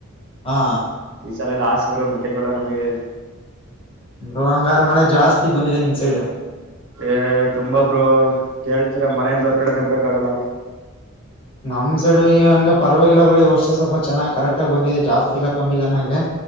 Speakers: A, on the left; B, on the right.
A: ಹಾ
B: ಈ ಸಲ ಎಲ್ಲಾಸ್ಟ್ ಬ್ರೋ ಮೆಕ್ಕೆಜೋಳ ನಮಗೆ
A: ಬ್ರೋ ಹಂಗಾದ್ರೆ ಮಳೆ ಜಾಸ್ತಿ ಬಂದಿದೆ ನಿಮ್ ಸೈಡು.
B: ಏ ತುಂಬಬ್ರು ಕೇಳ್ತೀರ ಮನೆಯಿಂದ ಹೊರ್ಗಡೆನೆ ಬರಕ್ ಆಗಲ್ಲ
A: ನಮ್ ಸೈಡು ಈ ಹಂಗ ಪರವಾಗಿಲ್ಲಬ್ರ ಈ ವರ್ಷ ಸ್ವಲ್ಪ ಚೆನ್ನಾಗಿ ಕರೆಕ್ಟ್ ಆಗ ಬಂದಿದ್ದಿದೆ ಜಾಸ್ತಿ ಇಲ್ಲ ಕಮ್ಮಿಲ್ಲಾ ನಂಗೆ